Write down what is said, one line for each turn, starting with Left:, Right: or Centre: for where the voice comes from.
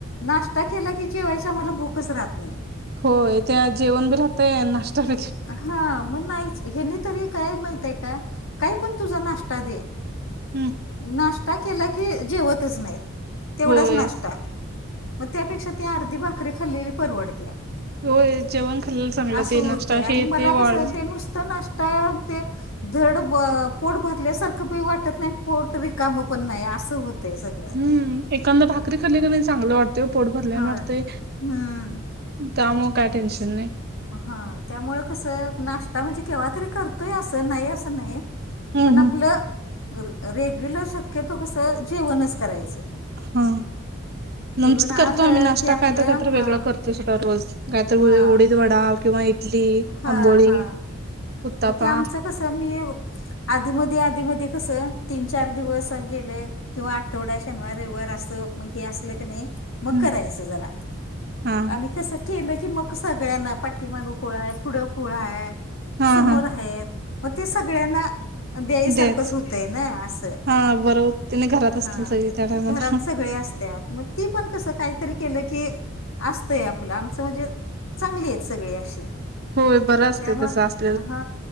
Left: नाश्ता केला की जेवायची आम्हाला भूकच राहत नाही.
Right: होय त्या जेवण बी राहतय आणि नाश्ता बी
Left: हा मग नाहीच हयांनी तरी काय माहिती आहे का काय पण तुझा नाश्ता दे
Right: हम्म
Left: नाश्ता केला की जेवतच नाही, तेवढाच
Right: होय
Left: नाश्ता. मग त्यापेक्षा ती अर्धी भाकरी खाल्लेली परवडत्या.
Right: होय जेवण खाल्लेलं चांगलं
Left: असं
Right: ते नाश्ता
Left: होत आणि
Right: हे
Left: मला
Right: ते वाळत
Left: कस आहे नुसतं न का ते धड पोट भरल्यासारखं बी वाटत नाही. पोट रिकामं पण नाही असं होतय सगळं.
Right: हम्म एखांद भाकरी खाल्लेली बी चांगलं वाटतं पोट भरल्यानं
Left: होय
Right: वाटतंय.
Left: हम्म
Right: त्यामुळे काय टेन्शन नाय.
Left: हा त्यामुळं कस आहे नाश्ता म्हणजे केव्हा तरी करतोय असं नाही असं नाही.
Right: हम्म
Left: पण
Right: हम्म
Left: आपलं रेग्युलर शक्यतो कसं जेवणच करायचं.
Right: हा
Left: फिरून
Right: लन्च
Left: आलं
Right: करतो आम्ही, नाश्ता
Left: की आपलं
Right: काय तर काहीतरी
Left: हा
Right: वेगळं करतो. रोज कायतर
Left: हा
Right: उडीद वडा किंवा इटली,
Left: हा
Right: आंबोळी
Left: हा
Right: उत्तापा
Left: मग ते आमचं कसं मी आधी मधी आधी मधी कसं, तीन चार दिवस गेले किंवा आठवडा शनिवार रविवार असो, म हे असलं की नाही. मग
Right: हम्म
Left: करायचं जरा
Right: हा
Left: आणि कसं केलं की मग सगळ्यांना पाठीमागे खुलं आहे, पुढं खुलं आहे.
Right: हा
Left: समोर
Right: हा
Left: आहेत म ते सगळ्यांना दयायसारखंच
Right: तेच
Left: होतंय ना असं
Right: हा बरोबर तिने घरात
Left: हा
Right: असतील
Left: हा
Right: सगळी त्या टायमाला
Left: घरात सगळे अस त्यात मग ती पण कसं काहीतरी केलं की असतंय आपलं आमचं म्हणजे चांगली आहेत सगळी अशी.
Right: होय बरं असतय
Left: त्यामुळ
Right: तसं आस
Left: हा